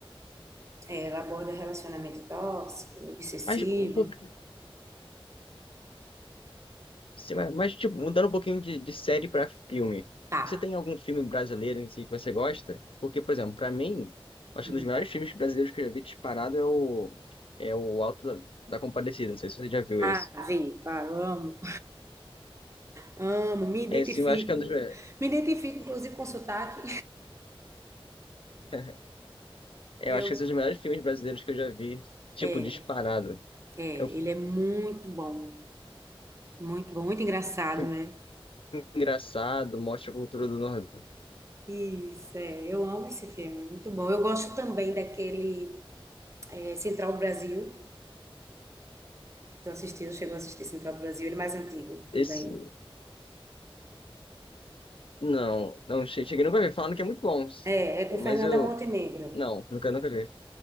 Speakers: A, on the right; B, on the left.
A: É, ela aborda relacionamento tóxico, obsessivo.
B: mas, um pouquinho- sim, mas, mas, tipo, mudando um pouquinho de, de série pra filme.
A: Tá.
B: Você tem algum filme brasileiro em si que você gosta? Porque, por exemplo, pra mim, acho
A: Uhum.
B: que um dos melhores filmes brasileiros que eu já vi disparado é o, é o Alto da, da Compadecida. Não sei se você já viu
A: Ah,
B: esse.
A: vi, claro, amo. Amo, me identifico.
B: É, sim, eu acho que é um dos melhores.
A: Me identifico, inclusive, com sotaque.
B: <laughs> Eu
A: Eu,
B: acho que esse é um dos melhores filmes brasileiros que eu já vi. Tipo,
A: é,
B: disparado.
A: é,
B: É um
A: ele é muito bom. Muito bom, muito engraçado,
B: filme
A: né?
B: engraçado, mostra a cultura do Nordeste.
A: Isso, é, eu amo esse filme, muito bom. Eu gosto também daquele é, Central do Brasil. Tu assistiu, chegou a assistir Central do Brasil, ele é mais antigo também.
B: Esse, não, não, che- cheguei nunca a ver. Falando que é muito bom.
A: É, é com
B: Mas
A: Fernanda
B: eu,
A: Montenegro.
B: não, nunca, nunca vi.